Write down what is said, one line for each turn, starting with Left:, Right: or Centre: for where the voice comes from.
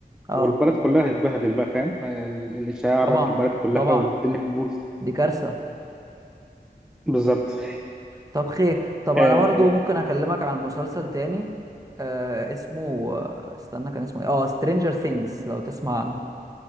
Right: اه
Centre: والبلد كلها هتتبهدل بقى فاهم آه، ال- الإشاعة
Right: طبعا
Centre: بقى في البلد كلها
Right: طبعا
Centre: والدنيا هتبوظ
Right: دي كارثة
Centre: بالظبط
Right: طب خير طب انا
Centre: آه،
Right: برضو ممكن اكلمك عن مسلسل تاني آه اسمه آه استنى كان اسمه ايه اه سترينجر ثينجز لو تسمع عنه